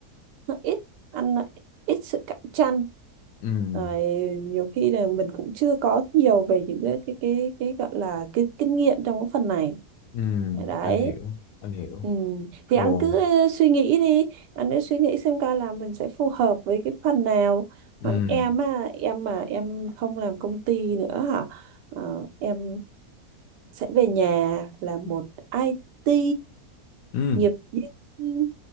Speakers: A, on the right; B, on the left.
A: nó ít ăn nó ít sự cạnh tranh
B: ừ
A: rồi, nhiều khi là mình cũng chưa có nhiều về những cái cái cái cái gọi là cái kinh nghiệm trong cái phần này
B: ừ
A: Dạ, đấy
B: anh hiểu anh hiểu
A: ừ. thì
B: ồ
A: anh cứ ờ, suy nghĩ đi anh cứ suy nghĩ xem coi là mình sẽ phù hợp với cái phần nào
B: ừ
A: còn em á em mà em không làm công ty nữa hả Ờ, em sẽ về nhà làm một IT
B: ừ
A: nghiệp nhưng